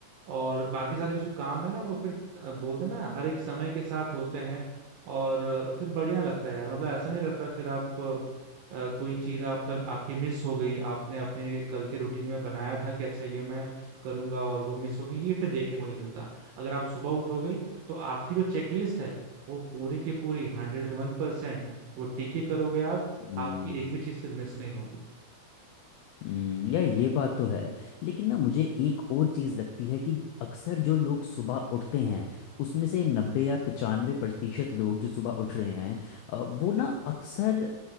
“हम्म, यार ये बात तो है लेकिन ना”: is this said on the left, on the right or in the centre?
Left